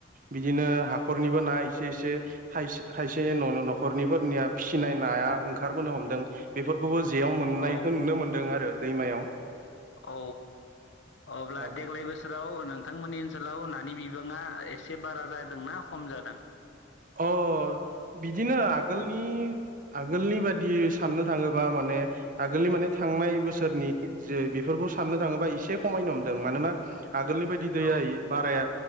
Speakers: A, on the right; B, on the left.
A: बिदिनो हाखरनिबो ना इसे इसे खायसे खायसे' नख'रनिफोरनिया फिसिनाय नाया ओंखारबोनो हमदों बेफोरखौबो जेयाव मोननायखो
B: औ
A: नुनो मोनदों आरो दैमायाव
B: औ अब्ला
A: अ
B: देग्लाय बोसोराव नों नोंथांमोननि ओनसोलाव नानि बिबाङा एसे बारा जादोंना खम जादों?
A: अ बिदिनो आगोलनि आगोलनि बायदि साननो थाङोबा माने आगोलनि माने थांनाय बोसोरनि जे बेफोरखौ साननो थाङोबा एसे खमायनो हमदों मानोना आगोलनि बायदि दैया
B: औ
A: बाराया